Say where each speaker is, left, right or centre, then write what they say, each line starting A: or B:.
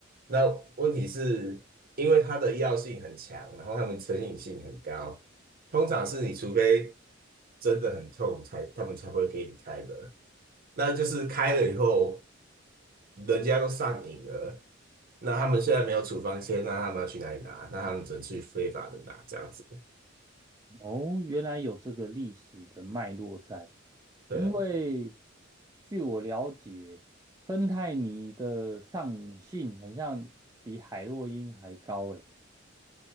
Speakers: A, on the right (about 45°); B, on the right (about 15°).
A: 那问题是因为它的药性很强，然后它们成瘾性很高，通常是你除非真的很痛才，他们才会给你开的。那就是开了以后。人家都上瘾了，那他们现在没有处方签，那他们要去哪里拿？那他们只能去非法的拿这样子。
B: 哦，原来有这个历史的脉络在，
A: 对，
B: 因为据我了解，芬太尼的上瘾性很像比海洛因还高诶。